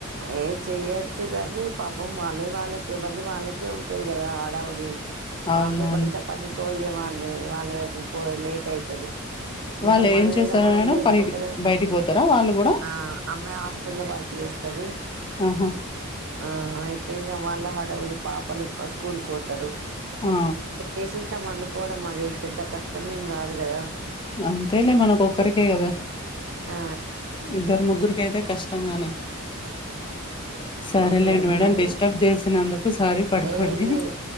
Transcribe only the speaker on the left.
అవునవును.
వాళ్ళు
ఏం చేస్తారా
మేడం
పనికి
బయటికి పోతారా వాళ్ళు గూడా?
ఆహా!
ఆ!
అంతేలే మనకొక్కరికే గద
ఇద్దరు ముగ్గురి పేతే కష్టం గాని సరేలేండి
మేడం
డిస్టర్బ్ చేసినందుక్ సారి పడకోండి